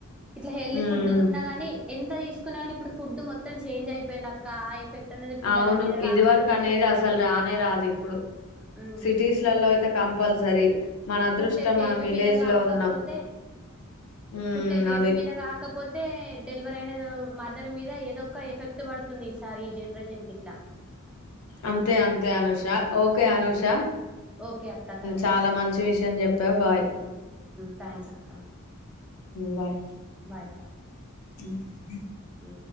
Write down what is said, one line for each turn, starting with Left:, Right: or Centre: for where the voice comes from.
Centre: ఇట్లా హెల్దీ
Left: ఉమ్
Centre: ఫుడ్ ఉన్నా గాని ఎంత తీసుకున్నా గాని ఇప్పుడు, ఫుడ్ మొత్తం చేంజ్ అయిపోయింది అక్క ఆ ఎఫెక్ట్ అనేది పిల్లల
Left: అవును
Centre: మీద కాకపోతే
Left: ఇది వరకు అనేది అసలు రానే రాదు ఇప్పుడు
Centre: హ్మ్
Left: సిటీస్లలో అయితే కంపల్సరీ, మన అదృష్టం
Centre: పుట్టే బేబీ
Left: మనం విలేజ్
Centre: మీద గాకపోతే
Left: లో ఉన్నాం ఉమ్
Centre: పుట్టే బేబీ
Left: అది
Centre: మీద గాకపోతే, డెలివర్ అయిన మదర్ మీద ఏదో ఒక ఎఫెక్ట్ పడుతుంది ఈసారి ఈ జనరేషన్ కి ఇట్లా,
Left: అంతే అంతే అనష ఓకే
Centre: హ్మ్
Left: అనూష
Centre: ఓకే అక్క థ్యాంక్స్
Left: చాలా మంచి విషయం చెప బాయ్
Centre: థ్యాంక్స్ అక్క
Left: బాయ్
Centre: బాయ్ బాయ్
Left: హు
Centre: హు